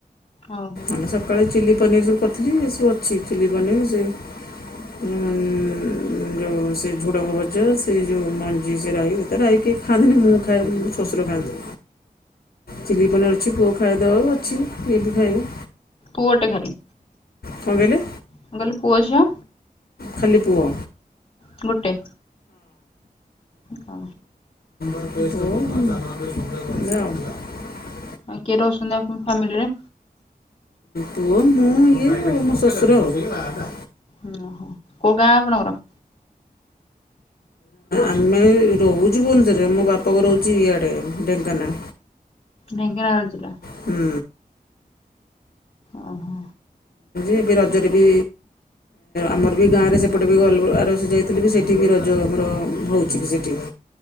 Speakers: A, on the left; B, on the left.
A: ଓହୋ
B: ଆମେ ସକାଳେ ଚିଲି ପନିର କରିଥିଲି ଏସବୁ ଅଛି ଚିଲି ପନିର୍ ସେ ହୁଁ ଯେଉଁ ସେ ଝୁଡ଼ଙ୍ଗ ଭଜା ସେ ଯେଉଁ ମଞ୍ଜି ସେ ରାଇ ଏଇଟା ରାଇ କିଏ ଖାଆନ୍ତିନି ମୁଁ ଖାଏ ମୋ ଶ୍ୱଶୁର ଖାଆନ୍ତି ଚିଲି ପନିର୍ ଅଛି ପୁଅ ଖାଇଦେବ ଅଛି। ଏଠି ଖାଇବୁ।
A: ପୁଅ ଟେ ଖାଲି।
B: କଣ କହିଲେ?
A: ମୁଁ ପୁଅ ଝିଅ?
B: ଖାଲି ପୁଅ।
A: ଗୋଟେ। ହଁ।
B: ହଉ ଏୟା।
A: ଆ କିଏ ରହୁଛନ୍ତି ଆପଣ ଫ୍ୟାମିଲିରେ?
B: ପୁଅ ମୁଁ ଇଏ ଆଉ ମୋ ଶଶୁର ଆଉ।
A: ଓଁ ହୋ କୋଉ ଗାଁ ଆପଣଙ୍କର?
B: ଆମେ ରହୁଛୁ ଭୁବନେଶ୍ୱରରେ ମୋ ବାପ ଘର ହଉଛି ଇଆଡେ ଢେଙ୍କାନାଳ।
A: ଢ଼େଙ୍କାନାଳ ଜିଲ୍ଲା।
B: ହୁଁ
A: ଓ ହୋ।
B: ଏବେ ରଜରେ ବି ଆମର ବି ଗାଁରେ ସେପଟେ ବି ଗଲୁ ଆରବର୍ଷ ଯାଇଥିଲି ବି ସେଠି ବି ରଜ ଆମର ହଉଛି ସେଠି ବି।